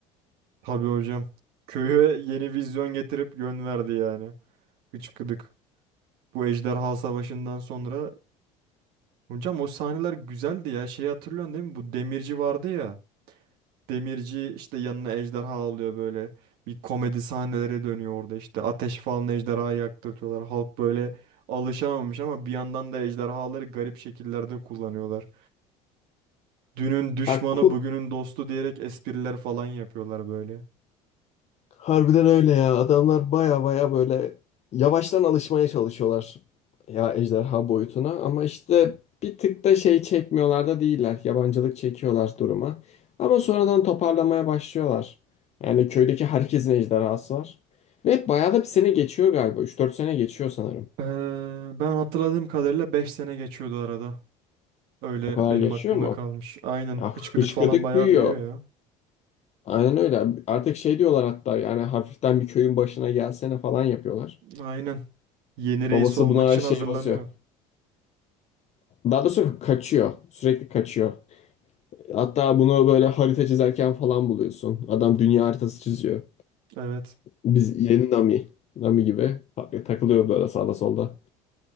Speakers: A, on the right; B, on the left.
A: tabii hocam. Köye yeni vizyon getirip yön verdi yani. Hıçkıdık. Bu ejderha savaşından sonra. Hocam o sahneler güzeldi ya. Şeyi hatırlıyorsun değil mi? Bu demirci vardı ya. Demirci işte yanına ejderha alıyor böyle. Bir komedi sahneleri dönüyor orada işte. Ateş falan ejderhayı yaktırtıyorlar. Halk böyle alışamamış ama bir yandan da ejderhaları garip şekillerde kullanıyorlar. Dünün düşmanı
B: Hatta
A: bugünün dostu diyerek espriler falan yapıyorlar böyle.
B: Harbiden öyle ya. Adamlar baya baya böyle yavaştan alışmaya çalışıyorlar ya ejderha boyutuna ama işte bir tık da şey çekmiyorlar da değiller. Yabancılık çekiyorlar duruma. Ama sonradan toparlamaya başlıyorlar. Yani köydeki herkesin ejderhası var. Ve bayağı da bir sene geçiyor galiba. üç dört sene geçiyor sanırım.
A: Ee, ben hatırladığım kadarıyla beş sene geçiyordu arada. Öyle
B: O kadar
A: benim
B: geçiyor
A: aklımda
B: mu?
A: kalmış. Aynen
B: Ya
A: hıçkıdık
B: hışkıdık
A: falan bayağı
B: büyüyor.
A: büyüyor ya.
B: Aynen öyle. Artık şey diyorlar hatta yani hafiften bir köyün başına gelsene falan yapıyorlar.
A: Aynen. Yeni
B: Babası
A: reis olmak
B: buna
A: için
B: şey
A: hazırlanıyor.
B: basıyor. Daha doğrusu kaçıyor. Sürekli kaçıyor. Hatta bunu böyle harita çizerken falan buluyorsun. Adam dünya haritası çiziyor.
A: Evet.
B: Biz yeni Nami. Nami gibi ta- takılıyor böyle sağda solda.